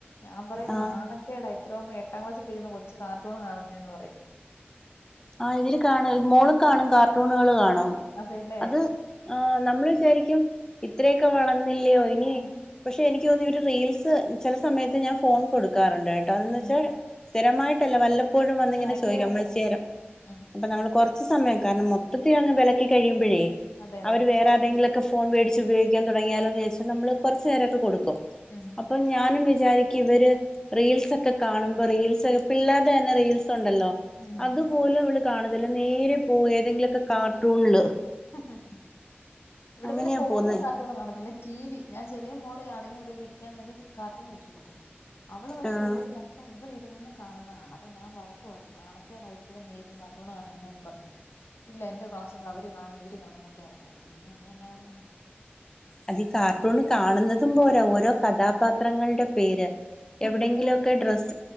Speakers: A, on the left; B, on the left.
A: ഞാൻ പറയും
B: ആഹ്
A: നാളെ കേടാ ഇത്രയും എട്ടാം ക്ലാസ്സിൽ പഠിക്കുന്ന കൊച്ച് കാർട്ടൂൺ കാണുന്നതന്ന് പറയും
B: ആഹ് ഇവര് കാണൊയ് മോളും കാണും കാർട്ടൂണ്കള് കാണും.
A: അതേലേ
B: അത് ആഹ് നമ്മൾ വിചാരിക്കും ഇത്രയൊക്കെ വളർന്നില്ലയോ ഇനി
A: ഉം
B: പക്ഷെ എനിക്ക് തോന്നുന്നു ഇവര് റീൽസ് ചില സമയത്ത് ഞാൻ ഫോൺ കൊടുക്കാറുണ്ട് തെട്ടോ അതന്ന്
A: ഉം
B: വെച്ചാൽ
A: ഉം.
B: സ്ഥിരമായിട്ടല്ല വല്ലപ്പോഴും വന്നിങ്ങനെ
A: ആ ഇവിടെയും
B: ചോദിക്കാം
A: അതെ
B: അമ്മച്ചേം
A: ഉം
B: അപ്പൊ നമ്മള് കുറച്ച് സമയം കാരണം മൊത്തത്തിൽ അങ്ങ് വെലക്കി കഴിയുമ്പഴേ
A: അതെ അതെ
B: അവര് വേറെ ന്തെങ്കിലൊക്കെ ഫോൺ വേടിച്ച് ഉപയോഗിക്കാൻ തുടങ്ങിയാലോന്ന് വിചാരിച്ചു നമ്മൾ കുറച്ച്നേരൊക്കെ കൊടുക്കും
A: ഉം
B: അപ്പൊ ഞാനും വിചാരിക്കും ഇവര് റീൽസൊക്കെ കാണുമ്പോ റീൽസ് പിള്ളാർഡന്നെ റീൽസ്ഒണ്ടല്ലോ
A: ഉംഹും
B: അതുപോലും ഇവള് കാണതില്ല നേരെ പോവും ഏതെങ്കിലൊക്കെ കാർട്ടൂണില്
A: ഹ ഹ ഹ ഇവിടെ
B: അങ്ങനെയാ
A: പിന്നെ ഫോണി
B: പോകുന്നത്
A: ണത്തില്ല ടിവി ഞാൻ ചെറിയ മോള് അടങ്ങിയവിടേലും ഇരിക്കാൻ വേണ്ടിയിട്ട് കാർട്ടുൺ വെച്ച് കൊടുക്കും അവള് പക്ഷെ
B: ആഹ്
A: ഓടി നട അപ്പ ഇവിളരുന്ന് കാണുന്നതാണ് കാണാ അപ്പൊ ഞാൻ വഴക്ക്പറയും നാണക്കേടായി ഇപ്പോഴും നീഇരുന്ന് കാർട്ടൂണ് കാണുന്നെന്നും പറഞ് ഇല്ല എന്റെ ക്ലാസ്സില് അവര് കാണും ഇവര് കാണുംന്നൊക്കെയാ പറയുന്നെ പിന്നെ നമ്മൾ എന്നാ പറയാന
B: അതി കാർട്ടൂണ് കാണുന്നതും പോര ഓരോ കഥാപാത്രങ്ങൾടെ പേര് എവിടെങ്കിലൊക്കെ
A: അതെ അതെ
B: ഡ്രസ്